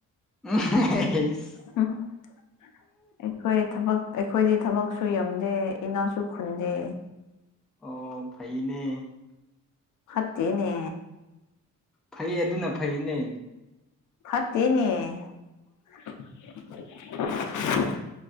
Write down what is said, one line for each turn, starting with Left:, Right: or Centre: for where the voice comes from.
Centre: <unintelligible>
Left: <unintelligible> ꯑꯩꯈꯣꯏ ꯊꯕꯛ ꯑꯩꯈꯣꯏꯗꯤ ꯊꯕꯛꯁꯨ ꯌꯥꯝꯗꯦ ꯏꯅꯥꯛꯁꯨ ꯈꯨꯟꯗꯦ
Centre: ꯑꯣ ꯐꯩꯅꯦ
Left: ꯐꯠꯇꯦꯅꯦ
Centre: ꯐꯩꯌꯦ ꯑꯗꯨꯅ ꯐꯩꯌꯦꯅꯦ
Left: ꯐꯠꯇꯦꯅꯦ <unintelligible>